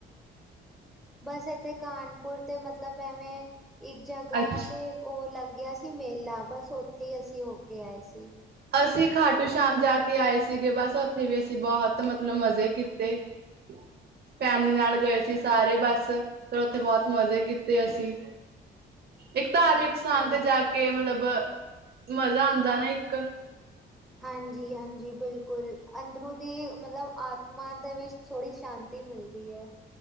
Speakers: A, in the centre; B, on the right (about 55°).
A: ਬਸ ਇੱਥੇ ਕਾਨਪੁਰ ਤੇ ਮਤਲਬ ਐਵੇਂ ਇੱਕ ਜਗ੍ਹਾ
B: ਅੱਛ
A: ਤੇ ਓ ਲੱਗਿਆ ਸੀ ਮੇਲਾ ਬਸ ਓਥੇ ਈ ਅਸੀਂ ਹੋ ਕੇ ਆਏ ਸੀ।
B: ਅਸੀਂ ਖਾਟੂ ਸ਼ਾਮ ਜਾ ਕੇ ਆਏ ਸੀਗੇ ਬਸ ਓਥੇ ਵੀ ਅਸੀਂ ਬੋਤ ਮਤਲਬ ਮਜ਼ੇ ਕੀਤੇ। ਫੈਮਲੀ ਨਾਲ
A: ਅੱਛਾ
B: ਗਏ ਸੀ ਸਾਰੇ
A: ਜੀ,
B: ਬਸ। ਫੇਰ ਓਥੇ ਬੋਤ ਮਜ਼ੇ ਕੀਤੇ ਅਸੀਂ ਇੱਕ ਧਾਰਮਿਕ
A: ਅੱਛਾ
B: ਸਥਾਨ ਤੇ
A: ਜੀ।
B: ਜਾ ਕੇ ਮਤਲਬ ਮਜ਼ਾ ਆਂਦਾ ਨਾ ਇੱਕ।
A: ਹਾਂਜੀ-ਹਾਂਜੀ ਬਿਲਕੁਲ ਅੰਦਰੂ ਦੀ ਮਤਲਬ ਆਤਮਾ ਦੇ ਵਿੱਚ। ਥੋੜੀ ਸ਼ਾਂਤੀ ਮਿਲਦੀ ਐ।